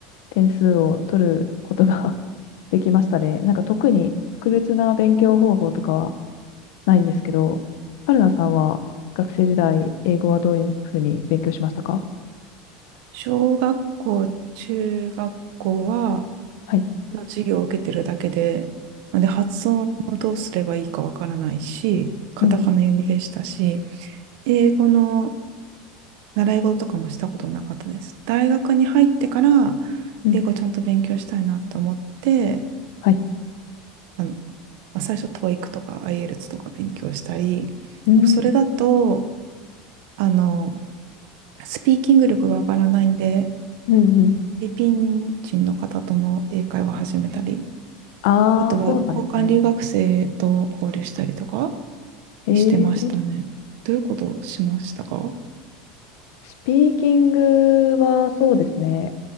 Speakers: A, on the left; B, on the right.
A: 点数を取ることが <laughs> できましたね。なんか特に特別な勉強方法とかはないんですけど、春菜さんは学生時代、英語はどういうふうに勉強しましたか
B: 小学校、中学校は
A: はい。
B: ただ授業を受けてるだけで、なんで、発音をどうすればいいかわからないし、カタカナ読みでしたし、
A: うん。
B: 英語の習い事とかもしたことなかったです。大学に入ってから
A: うん。
B: 英語ちゃんと勉強したいなと思って、
A: はい。
B: あの、まあ、最初 TOEIC とか IELTS とか勉強したり、でもそれだと、
A: うん。う
B: あの、スピーキング力が上がらないんで、
A: ん。うん。
B: フィリピン人の方との英会話を始めたり、
A: ああ、
B: あとは交換留学生と交流したりとか
A: そうなんですね。えー、
B: してましたね。どういうことをしましたか
A: スピーキングはそうですね。